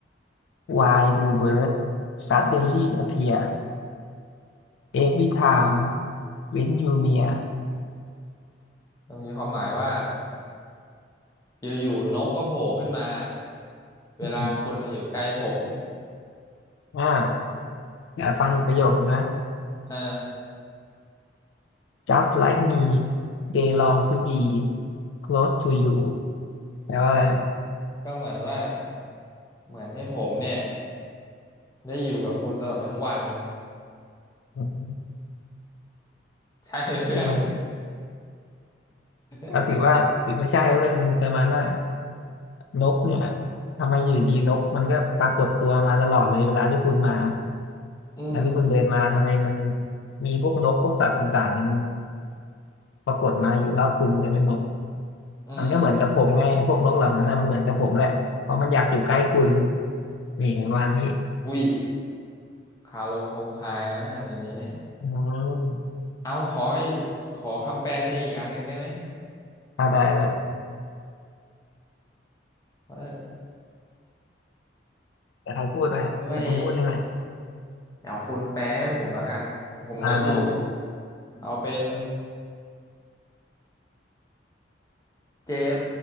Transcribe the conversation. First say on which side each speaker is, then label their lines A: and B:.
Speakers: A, on the left (about 80°); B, on the left (about 20°).
A: Why do birds suddenly appear every time when you near
B: มันมีความหมายว่าอยู่ๆนกก็โผล่ขึ้นมาเวลาคุณอยู่ใกล้ผม
A: อืมอ่าเดี๋ยากฟังอีกประโยคนึงนะ
B: เออ
A: Just like me they long to be close to you แปลว่าอะไรนะ
B: ก็เหมือนว่าเหมือนให้ผมเนี่ยได้อยู่กับคุณตลอดทั้งวัน
A: ม
B: ใช่ไหมเพื่อน
A: คือมัน
B: <laughs>
A: ก็ถือว่าถือไม่ใช่เว้ยมันประมาณว่านกเนี่ย ทำไมอยู่ดีนกมันก็ปรากฏตัวมาตลอดเลยเวลาที่คุณมา
B: อืม
A: เวลาที่คุณเดินมาทำไมมัน มีพวกนกพวกสัตว์ต่างๆเนี่ยมันปรากฏมาอยู่รอบคุณเต็มไปหมด
B: อืม
A: มันก็เหมือนกับผมไงพวกนกเหล่านั้นนะมันเหมือนกับผมแหละเพราะมันอยากอยู่ใกล้คุณนี่ปรมาณนี้
B: อุ้ยคาลมคมคายนะเพื่อนอันนี้เนี่ย
A: อืม
B: เอาขอให้ขอคำแปลเพลงอีกอันหนึ่งได้ไหม
A: อ่าได้แบบ
B: เออ
A: แต่ใครพูดนะแต่คุณพูดใช่ไหม
B: โอ้ยเดี๋ยวคุณแปลให้ผมแล้วกันผมนึกอยู่
A: อ่าได้เลย
B: เอาเป็นเจ็บ